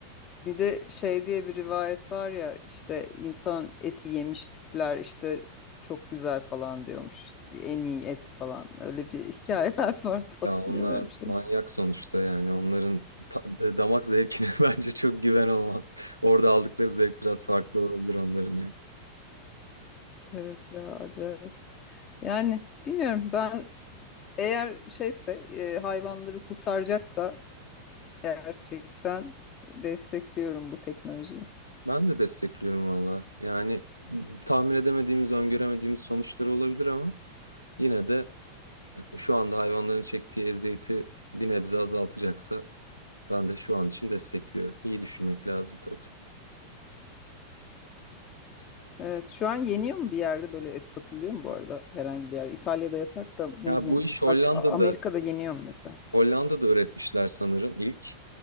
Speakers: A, on the left (about 30°); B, on the right (about 90°).
A: Bir de şey diye bir rivayet var ya işte insan eti yemiş tipler işte çok güzel falan diyormuş. En iyi et falan. Öyle bir hikayeler <laughs> vardı hatırlıyorum
B: Ya onlar
A: öyle bir şey.
B: manyak sonuçta yani onların ta- e, damak zevkine <laughs> bence çok güven olmaz. Orada aldıkları zevk biraz farklı olabilir onların ya.
A: Evet ya acayip. Yani bilmiyorum ben eğer şeyse e, hayvanları kurtaracaksa gerçekten destekliyorum bu teknolojiyi.
B: Ben de destekliyorum valla. Yani m, tahmin edemediğimiz, öngöremediğimiz sonuçları olabilir ama yine de e, şu anda hayvanların çektiği eziyeti bir nebze azaltacaksa ben de şu an için destekliyorum. İyi düşünmek lazım tabii.
A: Evet, şu an yeniyor mu bir yerde böyle et satılıyor mu bu arada herhangi bir yerde? İtalya'da yasak da ne
B: Ya
A: bileyim
B: bu iş Hollanda'da
A: baş A- Amerika'da yeniyor mu mesela?
B: Hollanda'da öğretmişler sanırım ilk.